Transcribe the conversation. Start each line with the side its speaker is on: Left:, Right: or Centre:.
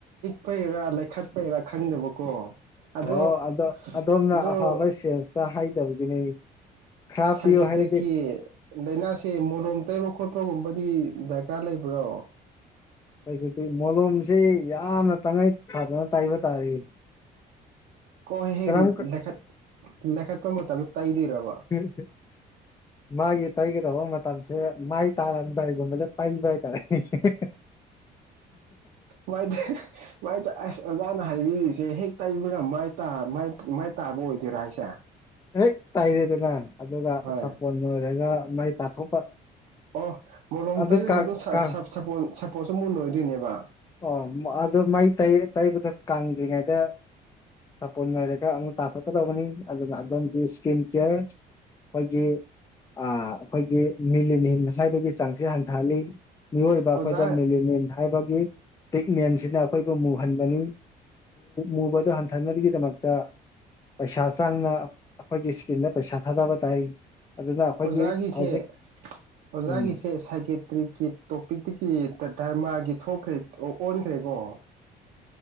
Right: ꯀꯩꯔ ꯂꯩꯈꯠꯄꯩꯔꯥ ꯈꯪꯗꯕꯀꯣ ꯑꯗꯣ
Left: ꯑꯣꯗ ꯑꯗꯣꯝꯅ
Right: ꯑꯗꯣ
Left: ꯑꯐꯕ ꯁꯦꯟꯁꯇ ꯍꯥꯏꯗꯕꯒꯤꯅꯦ꯫ ꯈꯔ
Right: ꯁꯥꯏꯀꯦꯇꯔꯤꯛꯀꯤ
Left: ꯄꯤꯌꯨ ꯍꯥꯏꯔꯗꯤ
Right: ꯂꯩꯅꯥꯁꯦ ꯃꯣꯂꯣꯝ ꯇꯩꯕ ꯈꯣꯠꯄꯒꯨꯝꯕꯗꯤ ꯗꯔꯀꯥꯔ ꯂꯩꯕ꯭ꯔꯣ꯫
Left: ꯑꯩꯒꯤꯗꯤ ꯃꯣꯂꯣꯝꯁꯦ ꯌꯥꯝꯅ ꯇꯉꯥꯏ ꯐꯗꯅ ꯇꯥꯏꯕ ꯇꯥꯔꯤ꯫
Right: ꯀꯣꯏ ꯍꯦꯛꯈ
Left: ꯀꯔꯝ
Right: ꯂꯩꯈꯠꯄ ꯃꯇꯝꯗ ꯇꯥꯏꯗꯔꯕ
Left: <unintelligible> ꯃꯥꯒꯤ ꯇꯩꯒꯗꯕꯃꯇꯝꯁꯦ ꯃꯥꯏ ꯇꯥꯔꯝꯗꯥꯏꯒꯨꯝꯕꯗ ꯇꯩꯕ ꯍꯥꯏꯇꯥꯔꯦ꯫ ꯍꯦꯍꯦꯍꯦꯍꯦ
Right: ꯃꯥꯏꯗꯤ ꯃꯥꯏꯗꯤ ꯑꯁ ꯑꯣꯖꯥꯅ ꯍꯡꯅꯤꯡꯉꯤꯁꯦ ꯍꯦꯛ ꯇꯩꯕꯒ ꯃꯥꯏ ꯇꯥꯕ ꯃꯥꯏ ꯃꯥꯏ ꯇꯥꯕ ꯑꯣꯏꯗꯣꯏꯔꯥ ꯍꯥꯏꯁꯦ꯫
Left: ꯍꯦꯛ ꯇꯥꯏꯔꯦꯗꯅ ꯑꯗꯨꯒ
Right: ꯍꯣꯏ
Left: ꯁꯥꯄꯣꯟ ꯂꯣꯏꯔꯒ ꯃꯥꯏ ꯇꯥꯊꯣꯛꯄ
Right: ꯑꯣ ꯃꯣꯔꯣꯝ
Left: ꯑꯗꯨ
Right: ꯇꯩꯕꯒꯤ
Left: ꯀꯥꯡ
Right: ꯃꯇꯨꯡꯄ
Left: ꯀꯥꯡ
Right: ꯁꯥꯄꯣꯟꯁꯨ ꯃꯨꯟꯣꯏꯗꯣꯏꯅꯦꯕ
Left: ꯑꯣ ꯑꯗꯨ ꯃꯩꯩ ꯇꯩꯕꯗ ꯀꯪꯗ꯭ꯔꯤꯉꯩꯗ ꯁꯥꯄꯣꯟ ꯂꯩꯔꯒ ꯑꯃꯨꯛ ꯇꯥꯊꯣꯛꯀꯗꯧꯕꯅꯤ ꯑꯗꯨꯅ ꯑꯗꯣꯝꯒꯤ ꯏꯁꯀꯤꯟ ꯀꯦꯌꯔ ꯑꯩꯈꯣꯏꯒꯤ ꯑ ꯑꯩꯈꯣꯏꯒꯤ ꯃꯤꯅꯤꯅꯤꯅꯤ ꯁ꯭ꯋꯥꯏꯗꯒꯤ ꯆꯥꯡꯁꯤ ꯍꯟꯊꯍꯜꯂꯤ ꯃꯤꯑꯣꯏꯕ ꯑꯩꯈꯣꯏꯗ
Right: ꯑꯣꯖꯥ
Left: ꯃꯦꯂꯤꯅꯤꯟ ꯍꯥꯏꯕꯒꯤ ꯄꯤꯛꯃꯦꯟꯁꯤꯅ ꯑꯩꯈꯣꯏꯕꯨ ꯃꯨꯍꯟꯕꯅꯤ ꯃꯨꯕꯗꯨ ꯍꯟꯊꯅꯕꯒꯤꯗꯃꯛꯇ ꯄꯩꯁꯥ ꯆꯥꯡꯅ ꯑꯩꯈꯣꯏꯒꯤ ꯏꯁꯀꯤꯝꯗ ꯄꯩꯁꯥ ꯊꯥꯗꯕ ꯇꯥꯏ ꯑꯗꯨꯅ ꯑꯩꯈꯣꯏꯒꯤ
Right: ꯑꯣꯖꯥꯒꯤꯁꯦ
Left: ꯍꯧꯖꯤꯛ
Right: ꯑꯣꯖꯥꯒꯤꯁꯦ
Left: ꯎꯝ
Right: ꯁꯥꯏꯀꯦꯇ꯭ꯔꯤꯛꯀꯤ ꯇꯣꯄꯤꯛꯇꯒꯤ ꯙꯔꯃꯥꯒꯤ ꯊꯣꯛꯈ꯭ꯔꯦ ꯑꯣ ꯑꯣꯟꯈ꯭ꯔꯦꯀꯣ